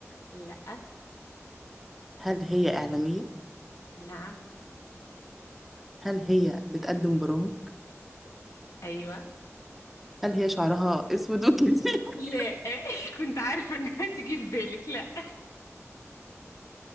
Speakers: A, on the left; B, in the centre.
A: لا
B: هل هي إعلامية؟
A: نعم
B: هل هي بتقدم برامج؟
A: ايوه
B: هل هي شعرها أسود وكده؟ <laughs>
A: لا <laughs> كنت عارفة انها تيجي في بالك لا